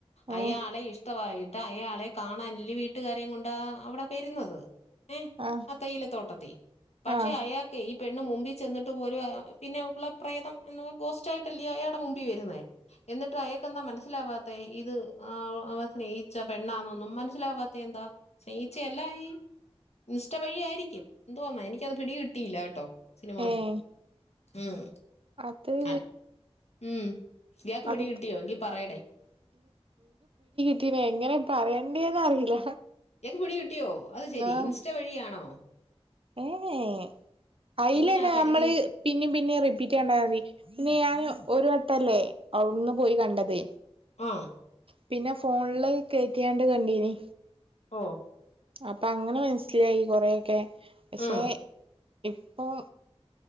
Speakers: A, on the left; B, on the right.
A: അയാളെ
B: ഏഹ്
A: ഇഷ്ടമായിട്ട് അയാളെ കാണാൻല് വീട്ടുകാരെ കൊണ്ടാ അവിടെ വരുന്നത്. ഏ
B: ആഹ്
A: അ തേയിലതോട്ടത്തി പക്ഷെ
B: ആഹ്
A: അയാൾക്കെ ഈ പെണ്ണ് മുമ്പിൽ ചെന്നിട്ട്. പിന്നെ ഓളെപ്രേതം ഗോസ്റ്റായിട്ടല്ലേ അയാടെ മുമ്പിൽ വരുന്നേ. എന്നിട്ട് അയാക്കെന്താ മനസ്സിലാവാ ദേ ഇത് ആ അവ സ്നേഹിച്ച പെണ്ണാന്നൊന്നും മനസ്സിലാവാത്ത എന്താ സ്നേഹിച്ച എല്ലാം ആയി ഇൻസ്റ്റാ വഴിയായിയിരിക്കും എന്തോന്നാ എനിക്കത് പിടി കിട്ടിയില്ല കേട്ടോ. സിനിമ കണ്ടിട്ട്
B: ഏഹ്
A: ഉം.
B: അത്-
A: അല്ല ഉം യാക്ക് പിടി
B: അത്
A: കിട്ടിയോ എങ്കി പറയണേ!
B: ഇക്ക്ത് എങ്ങനെ പറയണ്ടേന്ന് അറിയില്ല?
A: എക്ക് പിടി കിട്ടിയോ അത് ശെരി
B: ആഹ്
A: ഇൻസ്റ്റ വഴിയാണോ?
B: ഏഹ് അയിലന്നെ.
A: എങ്ങനെയാ പരിചയം
B: മ്മള് പിന്നിം പിന്നിം റിപ്പീറ്റ് കണ്ടാൽ മതി. പിന്നെ ഞാൻ ഒരു വട്ടല്ലേ അവിടുന്ന് പോയി കണ്ടത്.
A: ആഹ്
B: പിന്നെ ഫോണില് കയറ്റിയാണ്ട് കണ്ടീന്.
A: ഓഹ്
B: അപ്പൊ അങ്ങനെ മനസ്സിലായി കൊറൊക്കെ പക്ഷെ-
A: ഉം
B: ഇപ്പൊം